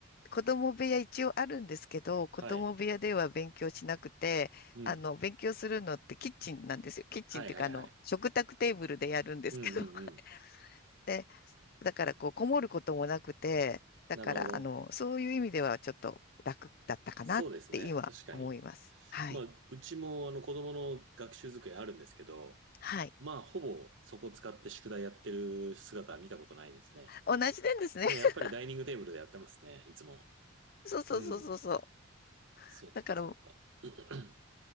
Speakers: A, on the left (about 45°); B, on the right (about 65°).
A: 子供部屋一応あるんですけど、子供部屋では勉強しなくて、
B: はい。うん。
A: あの、勉強するのってキッチンなんですよ。キッチンっていうか、
B: はいはいはい。
A: あの、食卓テーブルでやるんですけど。
B: うんうんうん。
A: <laughs> で、だからこう、こもることもなくて、だから、
B: なるほど。
A: あの、そういう意味ではちょっと楽だったかなって今思います。
B: そうですね。確かに。
A: はい。
B: まあ、うちもあの子供の学習机あるんですけど、
A: はい。
B: まあ、ほぼそこ使って宿題やってる姿は見たことないですね。
A: 同じなんですね。
B: ね、
A: <laughs>
B: やっぱりダイニングテーブルでやってますね。いつも。
A: そうそうそうそうそう。
B: うん。そっかそっか。
A: だから、
B: <clears throat>